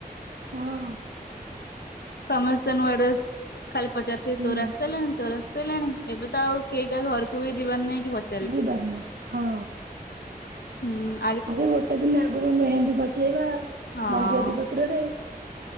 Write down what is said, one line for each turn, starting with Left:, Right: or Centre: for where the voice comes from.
Right: ହଁ-ହଁ।
Left: ସମସ୍ତେ ନୂଆ ଡେସ୍ ଖାଲି ପଚାରୁଥିବେ
Right: ହୁଁ।
Left: ତୋର ଆସି ସାଇଲାଣିି ତୋର ଆସ୍ ସିଲାଣି ଏବେ ତ ଆଉ କେଇ କା ଘରକୁ ବି ଯିବାର ନାଇ କି <unintelligible>
Right: ଯିବାର୍ ନାଇଁ ହଁ।
Left: ହୁଁ।
Right: ଆଗେ ଗୋଟେ ଦିନ୍ ଆଗରୁ ମେହେନ୍ଦୀ ପଚେଇବା।
Left: ହଁ
Right: ମଞ୍ଜୁଆତି ପତ୍ରରେ